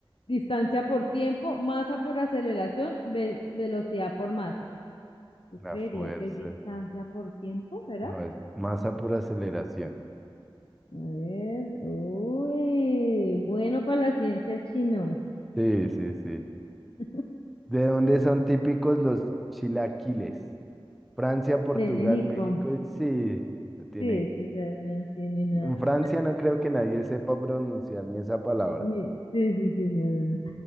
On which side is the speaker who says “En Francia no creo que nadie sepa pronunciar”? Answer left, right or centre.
Centre